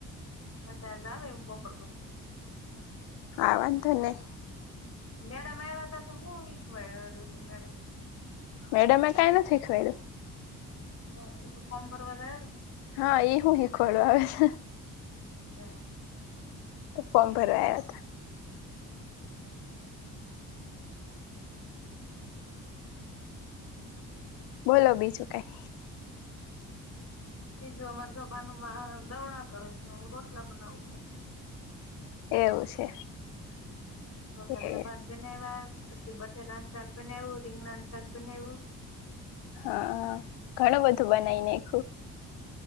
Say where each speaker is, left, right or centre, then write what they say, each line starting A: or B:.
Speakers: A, on the left; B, on the left.
A: અત્યારેહ જાવે હું બોફર પસી,
B: હા વાંધો નહીં.
A: મેડમ આવ્યા હતા તો હું શિખવારડ્યું તું મેડમ,
B: મેડમ એ કાઈ નથી શીખવાડ્યું.
A: હા એ તો ફોમ ભરવા જાય તો,
B: હા એ હું શીખવાડો આવે છે.
A: હ,
B: તો ફોર્મ ભરવાયા હતા.
A: હમ,
B: બોલો બીજું કાઈ,
A: બીજું અમારે સભાનમાં દવણા કરે છે ને હું રોટલા બનાવું છું.
B: એવું છે
A: હ રોટલ <unintelligible>
B: એ
A: બાદ, બનાવ્યા પછી બટેટાનું શાક બનાવું, રીંગણાનું શાક બનાવું,
B: હા ઘણું બધું બનાવી નાએખું.